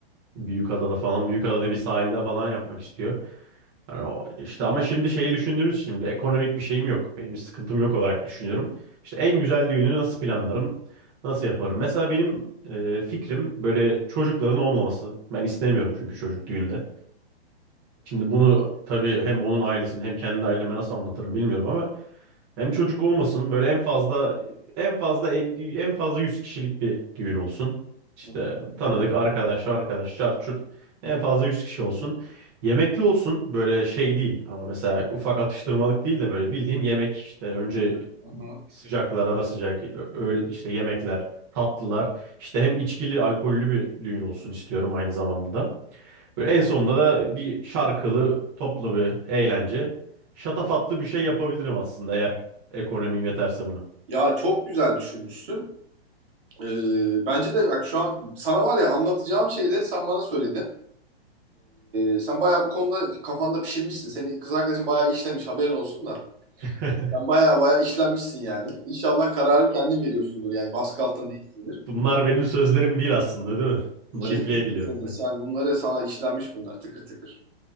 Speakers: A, on the right; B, on the right.
A: Büyükada'da falan, Büyükada'da bir sahilde falan yapmak istiyor. Yani o- işte ama şimdi şeyi düşündüğümüz için şimdi ekonomik bir şeyim yok. Benim bir sıkıntım yok olarak düşünüyorum. İşte en güzel düğünü nasıl planlarım? Nasıl yaparım? Mesela benim e, fikrim böyle çocukların olmaması. Ben istemiyorum çünkü çocuk düğünde. Şimdi bunu tabii hem onun ailesini hem kendi aileme nasıl anlatırım bilmiyorum ama hem çocuk olmasın böyle en fazla en fazla 50 en fazla 100 kişilik bir düğün olsun. İşte
B: mi?
A: tanıdık arkadaş arkadaş çarçurt çurt en fazla 100 kişi olsun. Yemekli olsun böyle şey değil ama mesela ufak atıştırmalık değil de böyle bildiğin yemek işte önce
B: <laughs>
A: sıcaklar ara sıcak öğle işte yemekler tatlılar işte hem içkili alkollü bir düğün olsun istiyorum aynı zamanda da. Böyle en sonunda da bir şarkılı, toplu bir eğlence. Şatafatlı bir şey yapabilirim aslında eğer ekonomim yeterse buna.
B: Ya çok güzel düşünmüşsün. Ee, bence de bak şu an sana var ya anlatacağım şeyleri sen bana söyledin. Ee, sen bayağı bu konuda kafanda pişirmişsin. Senin kız arkadaşın bayağı işlemiş haberin olsun da.
A: <laughs>
B: Sen bayağı bayağı işlenmişsin yani. İnşallah kararı kendin veriyorsundur yani baskı altında değilsindir.
A: Bunlar benim sözlerim değil aslında, değil mi? Manipüle
B: Kesinlikle
A: ediliyorum
B: senin.
A: ben.
B: Sen bunları sana işlenmiş bunlar tıkır tıkır.